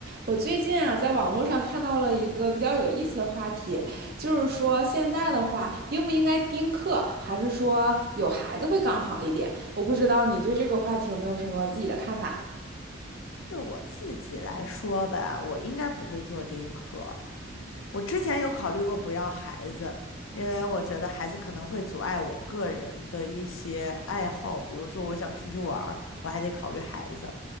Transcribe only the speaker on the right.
我最近啊，在网络上看到了一个比较有意思的话题，就是说现在的话，应不应该丁克，还是说有孩子会更好一点？我不知道你对这个话题有没有什么自己的看法。